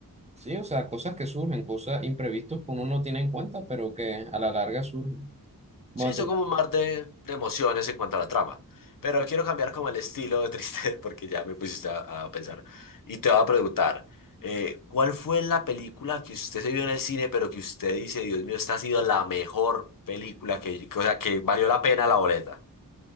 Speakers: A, on the right; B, on the left.
A: sí, o sea, cosas que surgen, cosas imprevistas que uno no tiene en cuenta, pero que a la larga surgen. Bueno,
B: Sí, hizo como un mar de, de emociones en cuanto a la trama. Pero quiero cambiar como el estilo de triste <laughs> porque ya me pusiste a, a pensar. Y te voy a preguntar, eh, ¿cuál fue la película que usted se vio en el cine, pero que usted dice, Dios mío, esta ha sido la mejor película que, que- o sea, que valió la pena la boleta?